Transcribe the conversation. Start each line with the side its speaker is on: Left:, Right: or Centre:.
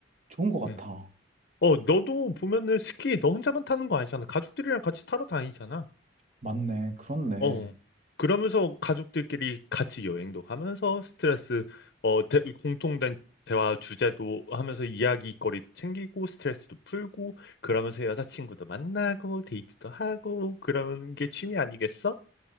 Right: 좋은 것 같아.
Left: 응. 어, 너도 보면은 스키 너 혼자만 타는 거 아니잖아. 가족들이랑 같이 타러 다니잖아.
Right: 맞네. 그렇네.
Left: 어. 그러면서 가족들끼리 같이 여행도 가면서 스트레스, 어, 대- 공통된 대화 주제도 하면서 이야기거리도 챙기고 스트레스도 풀고 그러면서 여자친구도 만나고 데이트도 하고 그러는 게 취미 아니겠어?